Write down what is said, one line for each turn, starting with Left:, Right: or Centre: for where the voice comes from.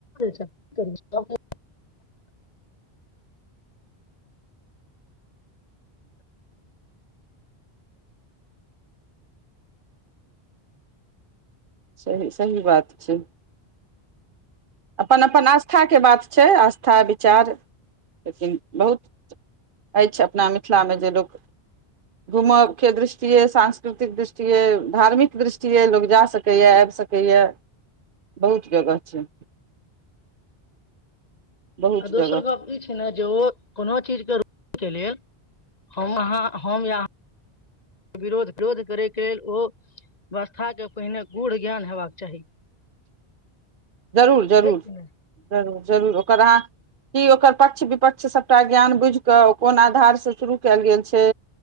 Left: छै
Right: सही सही बात छै अपन अपन आस्थाके बात छै आस्था विचार लेकिन बहुत अछि अपना मिथिलामे जे लोक घूमयके दृष्टिए सांस्कृतिक दृष्टिए धार्मिक दृष्टिए लोक जा सकैए आब सकैएा बहुत जगह छै बहुत
Left: आ दोसर
Right: जगह
Left: गप ई छै ने जे ओ कोनो चीजके रु के लेल हम अहाँ हम यहाँ विरोध विरोध करैके लेल ओ व्यवस्थाके पहिने गूढ़ ज्ञान हेबाक चाही
Right: जरूर जरूर
Left: छै कि नहि
Right: जरूर जरूर ओकर अहाँ की ओकर पक्ष विपक्ष सभटा ज्ञान बुझि कऽ ओ कोन आधारसँ शुरू कयल गेल छै